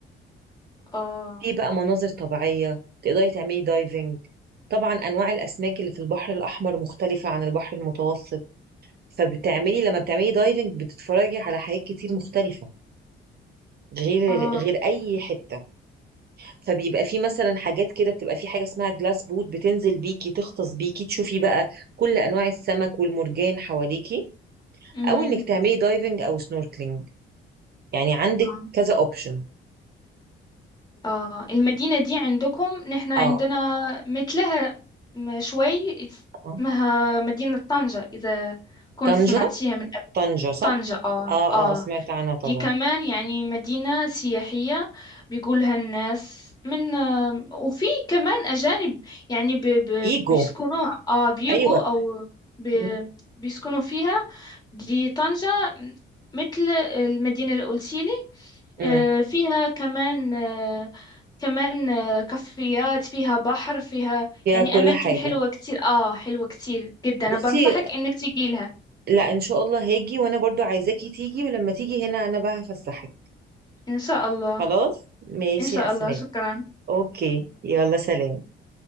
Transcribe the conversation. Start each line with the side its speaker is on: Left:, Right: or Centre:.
Left: اه
Right: في بقى مناظر طبيعية تقدري تعملي دايفنج طبعا انواع الاسماك اللي في البحر الاحمر مختلفه عن البحر المتوسط فبتعملي لما بتعملي دايفنج بتتفرجي على حاجات كتير مختلفه غير
Left: اه
Right: غير اي حته فبيبقى في مثلا حاجات كده بتبقى في حاجه اسمها جلاس بوت بتنزل بيكي تغطس بيكي تشوفي بقى كل انواع السمك والمرجان حواليكي
Left: امم
Right: او انك تعملي دايفنج او سنوركلينج يعني عندك
Left: آه.
Right: كذا اوبشن
Left: اه المدينة دي عندكم نحن عندنا
Right: اه
Left: مثلها م- شوي
Right: آه.
Left: اسمها مدينة طنجة إذا كنت
Right: طنجة
Left: سمعتيها من قبل
Right: طنجة صح
Left: طنجة اه
Right: اه
Left: اه
Right: اه سمعت عنها طبعا
Left: دي كمان يعني مدينة سياحية بيقولها الناس من آه وفي كمان أجانب يعني ب ب
Right: ايجو
Left: بيسكنوها اه بيجوا
Right: ايوه
Left: أو ب
Right: م-
Left: بيسكنوا فيها دي طنجة مثل المدينة اللي قلتيلي
Right: م.
Left: آه، فيها كمان آه، كمان آه، كافيات فيها بحر فيها
Right: فيها
Left: يعني
Right: كل
Left: أماكن
Right: حاجه
Left: حلوة كتير آه حلوة كتير جدا
Right: بصي
Left: أنا بنصحك إنك تجي لها
Right: لا ان شاء الله هاجي وانا برضو عايزاكي تيجي ولما تيجي هنا انا بقى هفسحك
Left: إن شاء الله
Right: خلاص ماشي
Left: إن شاء
Right: يا اسماء
Left: الله شكرا
Right: اوكي يلا سلام